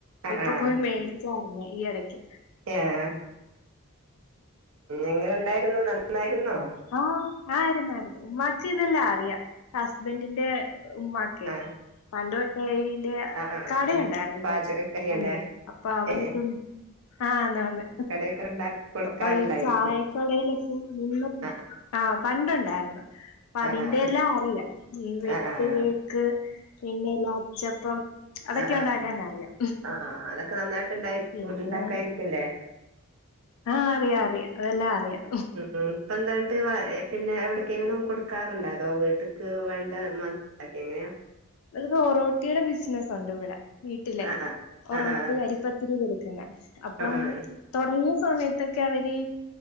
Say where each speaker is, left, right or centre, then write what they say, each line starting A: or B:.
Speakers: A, on the left; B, on the right.
A: ഇപ്പൊ
B: ആഹ്
A: പോയി മേടിച്ചായിരുന്ന് ഈ ഇടയ്ക്ക്
B: ഏഹ് എങ്ങനെ ഉണ്ടായിരുന്നു നന്നായിരുന്നോ
A: ആ ആയിരുന്നായിരുന്നു ഉമ്മാക്ക് ഇതെല്ലാം അറിയാം ഹസ്ബന്റ് ന്റെ ഉമ്മാക്ക്
B: ആഹ്
A: പണ്ട് തൊട്ട് ഇതിന്റെ
B: ആഹ് ആഹ്
A: കടയുണ്ടായിരുന്നു
B: പാചകക്കരിയല്ലേ
A: ഇവർക്ക് ഉണ്ട് അപ്പൊ അവിടെക്ക്
B: ഏഹ്
A: ആഹ് ആന്ന് ആന്ന്
B: കടയൊക്കെ ഉണ്ടാക്കി കൊടുക്കാറുണ്ടായിരിക്കും
A: അപ്പൊ ഈ ചായക്കടയിലൊക്കെ നിന്നിട്ട്
B: ആഹ്
A: ആഹ് പണ്ടുണ്ടായിരുന്നു അപ്പോ അതിന്റെ
B: ആഹ് ആഹ്
A: എല്ലാം അറിയാം ഈ വെട്ട്
B: ആഹ് ആഹ് ആഹ്
A: കേക്ക്. ക്ക് പിന്നെല്ലേ അച്ചപ്പം അതൊക്കെ
B: ആ
A: ഉണ്ടാക്കാൻ അറിയാം
B: ആ അതൊക്കെ നന്നായിട്ട് ഇണ്ടായി
A: പിന്നെ
B: ഉണ്ടാക്കായിരിക്കുല്ലേ
A: ആഹ് അറിയാം അറിയാം അതെല്ലാം അറിയാം.
B: ഉം ഇപ്പ എന്താന്നിട്ട് പിന്നെ എവിടക്കെങ്കിലും കൊടുക്കാറുണ്ടോ അതോ വീട്ട്ക്ക് വേണ്ടി മാത്രം ഉണ്ടാക്കി എങ്ങനെയാ
A: ഒരു ഒറോട്ടിയുടെ ബിസിനസ്സ് ഉണ്ട് ഇവിടെ വീട്ടിലെ
B: ആഹ്
A: ഒറോട്ടി
B: ആഹ് ആഹ്
A: അരിപ്പത്തിരി കൊടുക്കുന്നത് അപ്പം
B: ആഹ് ആഹ്
A: തുടങ്ങിയ സമയത്തൊക്കെ അവര്